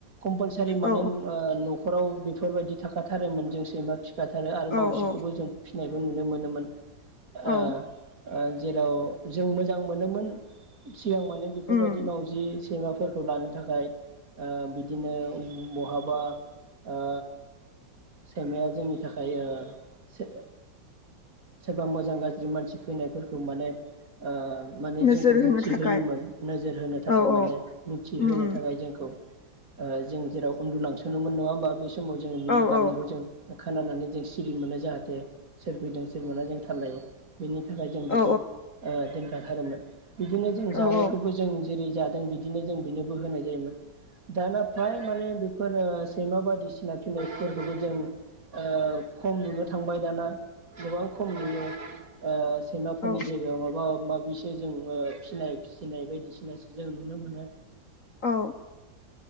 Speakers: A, on the right; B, on the left.
A: कम्पालसारि माने
B: औ
A: ओ न ' खराव बेफोरबायदि थाखाथारोमोन जों सैमा फि खाथारो आरो
B: औ
A: मावजिखौबो
B: औ
A: जों फिनायखौ नुनो मोनोमोन। ओ
B: औ
A: ओ। जेराव जों मोजां मोनोमोन। सिगां माने बेफोरबादि
B: उम
A: मावजि सैमाफोरखौ लानो थाखाय ओ बिदिनो उम बहाबा ओ सैमाया जोंनि थाखाय ओ स सोरबा मोजां गाज्रि मानसि फैनायफोरखौ माने ओ माने
B: नोजोर
A: जोंखौ मिथिहोयोमोन
B: होनो थाखाय
A: नोजोर होनो थाखाय
B: औ
A: माने
B: औ
A: मिथिहोनो
B: उम उम
A: थाखाय जोंखौ ओ जों जेराव उन्दुलांसनोमोन नङा होमबा बे स समाव जोङो बिनि
B: औ
A: गाबनायखौ
B: औ
A: जों खोनानानै जों सिरि मोनो जाहाथे सोर फैदों मोनना जों थाललायो। बेनि थाखाय जों बेखौ
B: औ
A: ओ दोन जाथारोमोन। बिदिनो जों जानायखौबो
B: औ औ
A: जों जेरै जादों बिदिनो जों बेनोबो होनाय जायोमोन दाना फ्राय माने बेफोर ओ सैमा बायदि सि <unintelligible> जों ओ खम नुनो थांबाय दाना। गोबां खम नुयो। ओ सैमाफोरनि
B: औ
A: जायगायाव माबा माब बिसो जों फिनाय फिसिनाय बायदिसिनासो जों नुनो मोनो।
B: औ